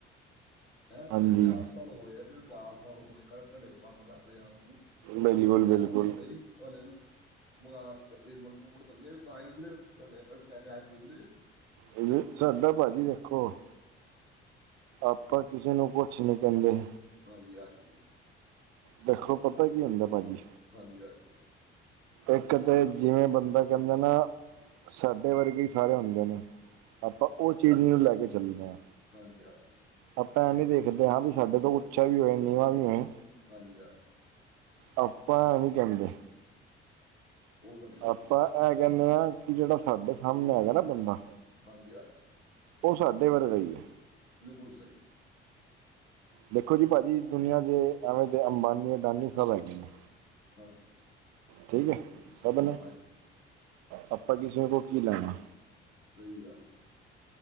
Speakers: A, on the left; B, on the right.
A: ਹੈਂ
B: ਹਾਂਜੀ
A: ਕਿਸੇ ਨੂੰ ਦੱਸ ਸਾਲ ਹੋਏ ਆ ਕਿਸੇ ਨੂੰ ਬਾਰਾਂ ਸਾਲ ਹੋਏ ਕ ਢੰਡੇ ਕੰਮ ਕਰਦਿਆਂ ਨੂੰ ਤੇ
B: ਬਿਲਕੁਲ
A: ਤੁਸੀ ਕਹਿ
B: ਬਿਲਕੁਲ
A: ਦੇਣਾ ਸੀ। <unintelligible> ਦੇ <unintelligible>
B: ਏ ਸਾਡਾ ਭਾਜੀ ਦੇਖੋ। ਆਪਾਂ ਕਿਸੇ ਨੂੰ ਕੁਛ ਨੀ ਕਹਿੰਦੇ।
A: ਹਾਂਜੀ-ਹਾਂਜੀ।
B: ਦੇਖੋ ਪਤਾ ਕੀ ਹੁੰਦਾ ਭਾਜੀ।
A: ਹਾਂਜੀ-ਹਾਂਜੀ।
B: ਇੱਕ ਤੇ ਜਿਵੇਂ ਬੰਦਾ ਕਹਿੰਦੇ ਨਾ ਸਾਡੇ ਵਰਗੇ ਹੀ ਸਾਰੇ ਹੁੰਦੇ ਨੇ। ਆਪਾਂ ਉਹ ਚੀਜ਼ ਨੂੰ ਲੈ ਕੇ ਚੱਲਦੇ ਆ।
A: ਹਾਂਜੀ-ਹਾਂਜੀ।
B: ਆਪਾਂ ਐ ਨੀ ਦੇਖਦੇ ਹਾਂ ਵੀ ਸਾਡੇ ਤੋਂ ਉੱਚਾ ਵੀ ਏ ਨੀਵਾਂ ਵੀ ਏ।
A: ਹਾਂਜੀ- ਹਾਂਜੀ।
B: ਆਪਾ ਇਹ ਨੀ ਕਹਿੰਦੇ
A: ਉਹ ਤੁਹਾਡੀ ਗੱਲ
B: ਆਪਾਂ
A: ਬਿਲਕੁਲ
B: ਇਹ
A: ਸਹੀ
B: ਕਹਿੰਦੇ ਆ ਕਿ ਜਿਹੜਾ ਸਾਡੇ ਸਾਹਮਣੇ ਹੈਗਾ ਨਾ ਬੰਦਾ
A: ਹਾਂਜ- ਹਾਂਜੀ।
B: ਉਹ ਸਾਡੇ ਵਰਗਾ ਹੀ ਏ।
A: ਬਿਲਕੁਲ ਸਹੀ। ਬਿਲਕੁਲ ਸਹੀ।
B: ਦੇਖੋ ਜੀ, ਭਾਜੀ ਦੁਨੀਆਂ ਦੇ ਐਵੇਂ ਤੇ ਅੰਬਾਨੀ- ਅਡਾਨੀ ਸਬ ਹੈਗੇ ਨੇ।
A: ਹਾਂਜੀ।
B: ਠੀਕ ਹੈ, ਸਭ ਨੇ
A: ਹਾਂਜੀ
B: ਆਪਾਂ ਕਿਸੇ ਕੋਲ ਕੀ ਲੈਣਾ।
A: ਸਹੀ ਗੱਲ ਹੈ।